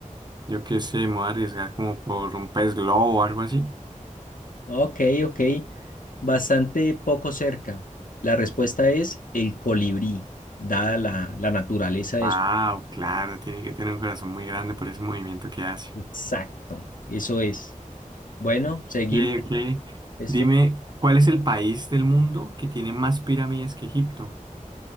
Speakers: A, on the right; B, on the left.
A: Yo qué sé, me voy a arriesgar como por un pez globo o algo así.
B: Ok, ok. Bastante poco cerca. La respuesta es el colibrí, dada la, la naturaleza de
A: Wow,
B: su...
A: claro, tiene que tener un corazón muy grande por ese movimiento que hace.
B: Exacto, eso es. Bueno, seguimos.
A: Ok, ok.
B: Esto
A: Dime,
B: es-
A: ¿cuál es el país del mundo que tiene más pirámides que Egipto?